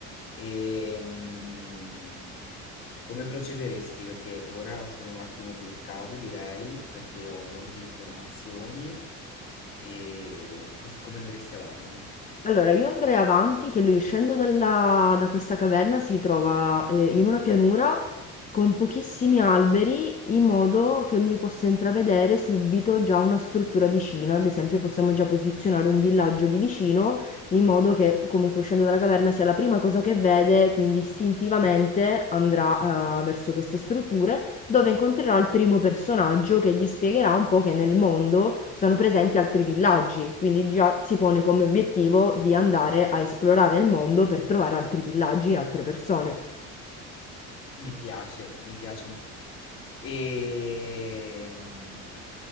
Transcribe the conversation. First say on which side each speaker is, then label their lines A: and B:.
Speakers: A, on the left; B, on the left.
A: Ehm, come procederesti? Perché ora sono un attimo bloccato direi, perché ho molte informazioni. Ehm, cos come andresti avanti?
B: Allora, io andrei avanti che lui uscendo dalla- da questa caverna si trova eh, in una pianura con pochissimi alberi, in modo che lui possa intravedere subito già una struttura vicina. Ad esempio, possiamo già posizionare un villaggio lì vicino, in modo che comunque uscendo dalla caverna sia la prima cosa che vede, quindi istintivamente andrà eh, verso queste strutture dove incontrerà il primo personaggio che gli spiegherà un po' che nel mondo sono presenti altri villaggi, quindi già si pone come obiettivo di andare a esplorare il mondo per trovare altri villaggi e altre persone.
A: Mi piace, mi piace molto. Ehm,